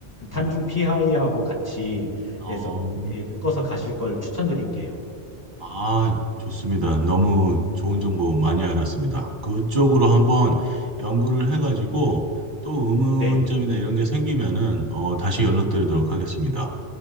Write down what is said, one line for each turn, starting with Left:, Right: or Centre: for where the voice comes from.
Right: 네.
Left: 탄중 피하이하고 같이
Right: 어,
Left: 해서 예, 묶어서 가실 걸 추천드릴게요.
Right: 아, 좋습니다. 너무 좋은 정보 많이 알았습니다. 그쪽으로 한번 연구를 해가지고 또 의문점이나
Left: 네.
Right: 이런 게 생기면은 어, 다시 연락드리도록 하겠습니다.